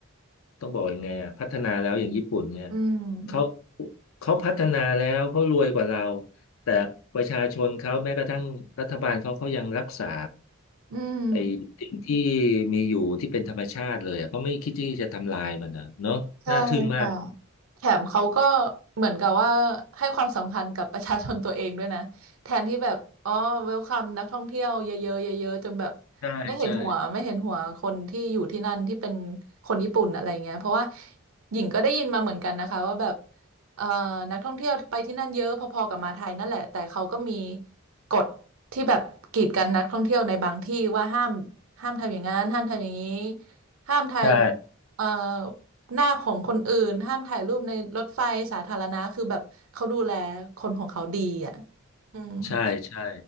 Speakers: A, on the left; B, on the right.
A: ต้องบอกยังไงอ่ะพัฒนาแล้วอย่างญี่ปุ่นเนี่ย
B: อืม
A: เขาเขาพัฒนาแล้วเขารวยกว่าเราแต่ประชาชนเขาแม้กระทั่งรัฐบาลเขาเขายังรักษา
B: อืมอม
A: ไอ้สิ่งที่มีอยู่ที่เป็นธรรมชาติเลยอะเขาไม่คิดที่จะทำลายมันนะเนาะน่าทึ่งมาก
B: ใช่ค่ะแถมเขาก็เหมือนกับว่าให้ความสำคัญกับประชาชนตัวเองด้วยนะ <laughs> แทนที่แบบอ๋อเวลคัมนักท่องเที่ยวเยอะๆเยอะๆจนแบบ
A: ใช่ใช่
B: ไม่เห็นหัวไม่เห็นหัวคนที่อยู่ที่นั่นที่เป็นคนญี่ปุ่นอะไรเงี้ยเพราะว่าหญิงก็ได้ยินมาเหมือนกันนะคะว่าแบบเอ่อนักท่องเที่ยวไปที่นั่นเยอะพอๆกับมาไทยนั่นแหละแต่เขาก็มีกฎที่แบบกีดกันนักท่องเที่ยวในบางที่ว่าห้ามห้ามทำอย่างนั้นห้ามทำอย่างนี้ห้ามถ่ายรูปเอ่อ
A: ใช่
B: หน้าของคนอื่นห้ามถ่ายรูปในรถไฟสาธารณะคือแบบเขาดูแลคนของเขาดีอ่ะอืม
A: ใช่ใช่